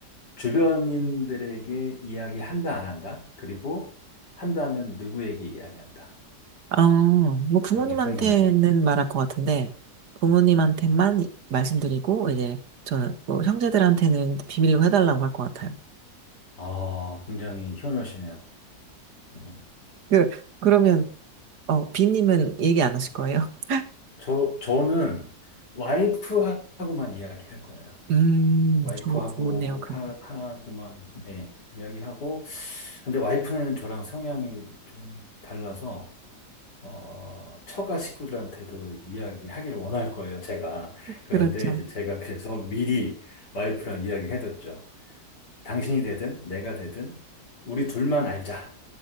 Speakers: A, on the left; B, on the right.
A: 주변인들에게 이야기한다, 안 한다? 그리고 한다면 누구에게 이야기한다?
B: 어, 뭐 부모님한테는
A: 그런 게 궁금해요.
B: 말할 것 같은데, 부모님한테만 말씀드리고, 이제, 저는 뭐 형제들한테는 비밀로 해달라고 할 것 같아요.
A: 아, 굉장히 효녀시네요. 음,
B: 그, 그러면, 어, 비님은 얘기 안 하실 거예요? <laughs>
A: 저, 저는 와이프하고만 이야기할 거예요.
B: 음,
A: 와이프하고
B: 저, 좋네요. 그,
A: 하, 하고만 네, 이야기하고 근데 와이프는 저랑 성향이 좀 달라서 어, 처가 식구들한테도 이야기하기를 원할 거예요, 제가. 그런데
B: 그렇죠.
A: 이제 제가 그래서 미리 와이프랑 이야기해뒀죠. 당신이 되든 내가 되든 우리 둘만 알자.